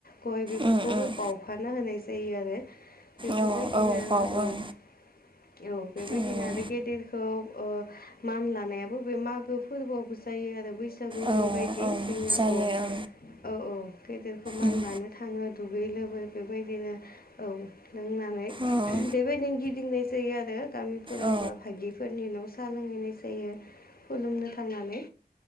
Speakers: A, on the left; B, on the right.
A: गय बेफोरखौबो
B: ओम
A: बावफाना होनाय जायो आरो। बेफोरबायदिनो
B: औ औ बाव
A: औ। औ बेबायदिनो
B: ओं
A: आरो गेदेरखौ ओ मान लानायाबो बे मागो फोरबोआवबो जायो आरो बैसागुनि
B: औ
A: बायदि
B: औ
A: जोंनिया
B: जायो
A: औ-औ-औ। गैदेरखौ मान
B: ओं
A: लानो थाङो दुगै लोबै बेबायदिनो औ लोंनानै।
B: ओम
A: बेबायदिनो गिदिंनाय जायो आरो गामिफोराव
B: औ
A: बा भागिफोरनि न' सा लोंहैनाय जायो। खुलुमनो थांनानै